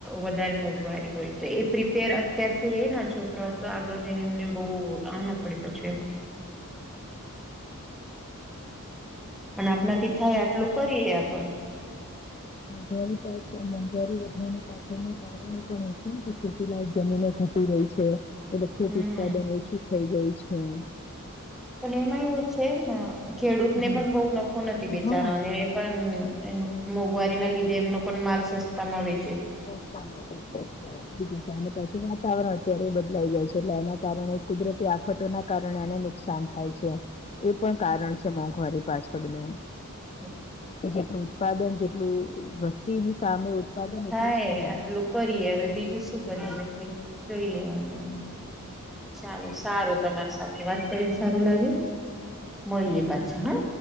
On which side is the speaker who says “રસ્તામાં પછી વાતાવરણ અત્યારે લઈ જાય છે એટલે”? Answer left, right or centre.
Left